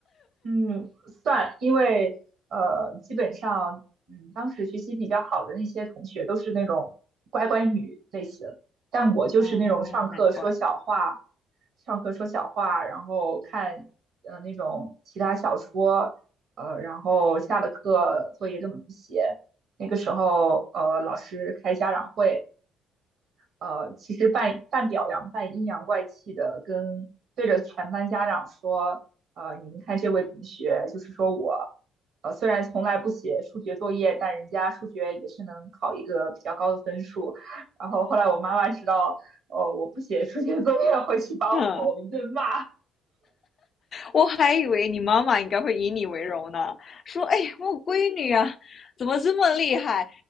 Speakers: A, on the right; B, on the left.
A: 嗯，算，因为呃，基本上，嗯，当时学习比较好的那些同学都是那种乖乖女类型，但我就是那种上课说小话，
B: 啊，难怪。
A: 上课说小话，然后看呃那种其他小说，呃，然后下了课作业根本不写。那个时候，呃，老师开家长会，呃，其实半半表扬半阴阳怪气的跟对着全班家长说，呃，你们看这位同学，就是说我，呃，虽然从来不写数学作业，但人家数学也是能考一个比较高的分数。然后后来我妈妈知道，呃，我不写数学作业，回去把我吼一顿骂。
B: 嗯，我还以为你妈妈应该会以你为荣呢，说：“哎，我闺女啊，怎么这么厉害？